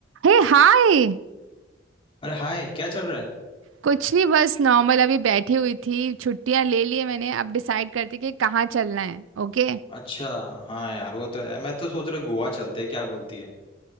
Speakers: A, on the right (about 80°); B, on the left (about 30°).
A: हे हाय
B: अरे हाय क्या चल रहा है
A: कुछ नहीं बस नॉर्मल अभी बैठी हुई थी छुट्टियां ले ली है मैंने अब डिसाइड करती कि कहाँ चलना है ओके
B: अच्छा हाँ यार वो तो है मैं तो सोच रहा गोवा चलते हैं क्या बोलती है